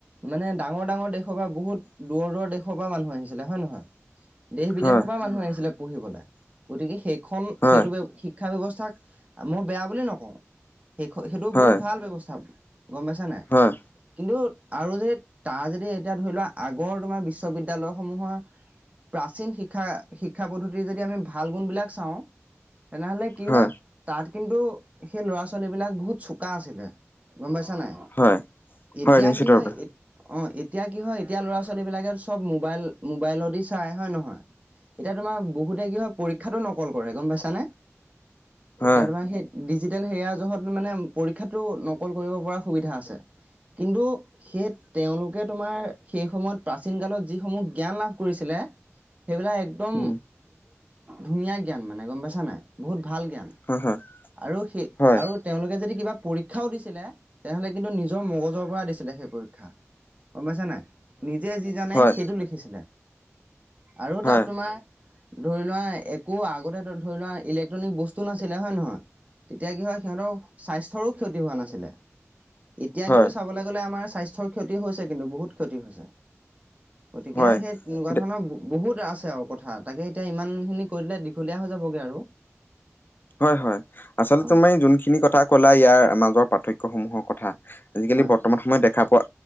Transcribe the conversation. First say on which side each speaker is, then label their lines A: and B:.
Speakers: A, on the right (about 30°); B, on the left (about 40°).
A: মানে ডাঙৰ ডাঙৰ দেশৰ পৰা বহুত দূৰৰ দূৰৰ দেশৰ পৰা মানুহ আহিছিলে হয় নহয় দেশ বিদেশৰ
B: হয়
A: পৰা মানুহ আহিছিলে পঢ়িবলৈ গতিকে সেইখন
B: হয়
A: সেইটো
B: হয় হয়
A: শিক্ষা ব্যৱস্থা মই বেয়া বুলি নকওঁ সেই সেইটো
B: হয়
A: বহুত ভাল ব্যৱস্থা গম পাইছা নাই
B: হয়
A: কিন্তু আৰু যে তাৰ যদি এতিয়া ধৰি লোৱা আগৰ তোমাৰ বিশ্ববিদ্য়ালয় সমূহৰ প্ৰাচীন শিক্ষা শিক্ষা পদ্ধতিৰ যদি আমি ভাল গুণ বিলাক চাওঁ তেনেহলে কি
B: হয়
A: হয়ত
B: হয়
A: তাত কিন্তু সেই ল'ৰা ছোৱালীবিলাক বহুত চোকা আছিলে গম পাইছা নাই
B: হয়। হয়
A: এতিয়া
B: নিশ্চিত
A: কি হয়
B: ৰূপে
A: এ অ এতিয়া কি হয় এতিয়া ল'ৰা ছোৱালী বিলাকে চব মোবাইল মোবাইলতদি চাই হয় নহয় এতিয়া তোমাৰ বহুতে কি হয় পৰীক্ষাতটো নকল কৰে গম পাইছাানে
B: হয়
A: এতিয়া তোমাৰ সেই ডিজিটেল হেয়য়া জহত মানে পৰীক্ষাতটো নকল কৰিব পৰা সুবিধা আছে কিন্তু সেই তেওঁলোকে তোমাৰ সেই সময়ত প্ৰাচীন কালত যিসমূহ জ্ঞান লাভ কৰিছে <unintelligible> একদম
B: উম
A: ধুনীয়া <unintelligible> ভাল জ্ঞান
B: হয় হয়
A: আৰু সেই
B: হয়
A: আৰু তেওঁলোকে যদি কিবা পৰীক্ষাও দিছিলে তেনেহ'লে কিন্তু নিজৰ মগজৰ পৰা দিছিলে সেই পৰীক্ষা গম পাইছা নাই নিজে যি জানে
B: হয়
A: সেইটো লিখিছিলে আৰু
B: হয়
A: তাত তোমাৰ ধৰি লোৱা একো আগতে ধৰি লোৱা ইলেক্ট্ৰনিক বস্তু নাছিলে হয় নে নহয় তেতিয়া কি হয় সিহঁতৰ স্বাস্থ্যৰো ক্ষতি হোৱা নাছিলে, এতিয়া
B: হয়
A: কিন্তু চাবলৈ গ'লে আমাৰ স্বাস্থ্যৰ ক্ষতি হৈছে কিন্তু, বহুত ক্ষতি হৈছে গতিকে
B: হয় হয়
A: সেই তেনেকুৱা ধৰণৰ বহুত আছে আৰু কথা তাকে এতিয়া ইমান খিনি কৈ দিলে দীঘলীয়া হৈ যাবগে আৰু
B: হয় হয় আচলতে
A: অ
B: তুমাৰ যোনখিনি কথা ক'লা ইয়াৰ মাজৰ পাৰ্থক্য় সমূহৰ কথা আজিকালি
A: হয়
B: বৰ্তমান
A: হয়
B: সময়ত দেখা পোৱা